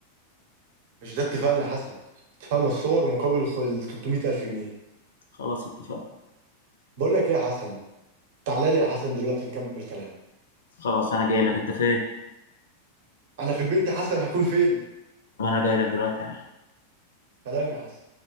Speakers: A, on the right; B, on the left.
A: مش ده اتفقنا يا حسن اتفقنا الصور مقابل خ- ال 300 الف جنيه
B: خلاص اتفقنا
A: بقول لك ايه يا حسن تعالى لي يا حسن دلوقتي نكمل كلام
B: خلاص انا جاي لك انت فين
A: انا في البيت يا حسن هكون فين
B: طب انا جاي لك دلوقتي يا عم
A: سلام يا حسن